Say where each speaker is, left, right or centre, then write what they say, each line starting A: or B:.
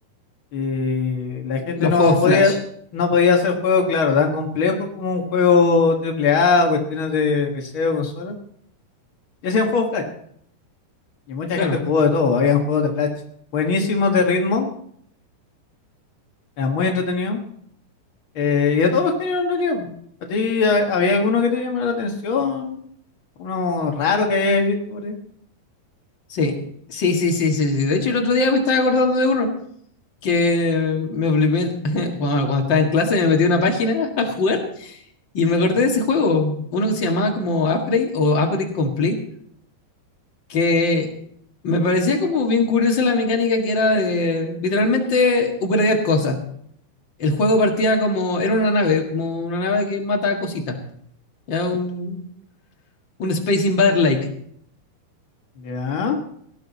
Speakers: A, on the left (about 90°); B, on the left (about 45°).
A: y la gente
B: Los
A: no
B: juegos
A: podía,
B: Flash,
A: no podía hacer juegos, claro, tan complejos como un juego triple A o cuestiones de PC o consola, y hacían juegos Flash, y mucha
B: claro.
A: gente jugó de todo, habían juegos de Flash buenísimos de ritmo, eran muy entretenidos Eh, y de todos los géneros en realidad. po. ¿A ti ha- había alguno que te llamara la atención? ¿Uno raro que hayáis visto por ahí?
B: Sí, sí, sí, sí, sí, sí. De hecho, el otro día me estaba acordando de uno que me obligé, <laughs> cuando, cuando estaba en clase me metí a una página <laughs> a jugar y me
A: Ya.
B: acordé de ese juego, uno que se llamaba como Upgrade o Upgrade Complete, que me parecía como bien curiosa la mecánica que era de literalmente upgradear cosas. El juego partía como, era una nave, como una nave que mata cositas. Era un, un Space Invader Like.
A: Ya.